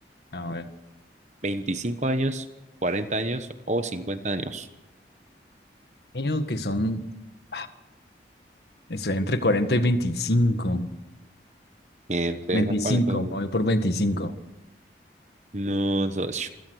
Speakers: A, on the left; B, on the right.
A: A ver,
B: veinticinco años, 40 años o 50 años?
A: creo que son, ah, estoy entre 40 y 25,
B: Entre
A: 25,
B: esas, ¿cuál entonces?
A: me voy por veinticinco,
B: No, socio.